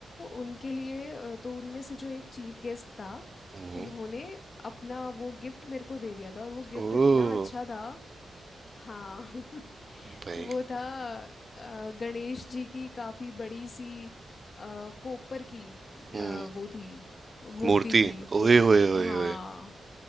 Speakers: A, on the left (about 50°); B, on the right (about 30°).
A: उनके लिए अ, तो उनमें से जो एक चीफ गेस्ट था
B: हम्म
A: उन्होंने अपना वो गिफ्ट मेरे को दे दिया था और वो गिफ्ट
B: ओ
A: इतना अच्छा था हाँ <laughs>
B: भाई
A: वो था अ, गणेश जी की काफी बड़ी सी अ, कोपर की अ,
B: हम्म
A: वो थी मूर्ति
B: मूर्ति
A: थी वो
B: ओए होए होए
A: हाँ
B: होए